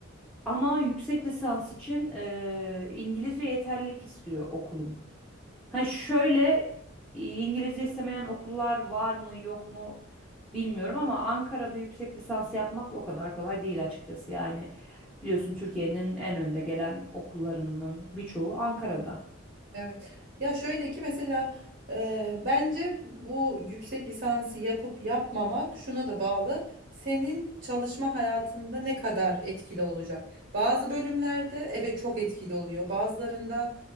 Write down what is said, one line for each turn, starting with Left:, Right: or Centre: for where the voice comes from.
Centre: Ama yüksek lisans için eee, İngilizce yeterlilik istiyor okulum. Ha şöyle İngilizce istemeyen okullar var mı yok mu bilmiyorum ama Ankara'da yüksek lisans yapmak o kadar kolay değil açıkçası. Yani biliyorsun Türkiye'nin en önde gelen okullarının birçoğu Ankara'da.
Right: Hı. Evet. Ya şöyle ki mesela e, bence bu yüksek lisansı yapıp yapmamak şuna da bağlı. Senin çalışma hayatında ne kadar etkili olacak? Bazı bölümlerde evet çok etkili oluyor. Bazılarında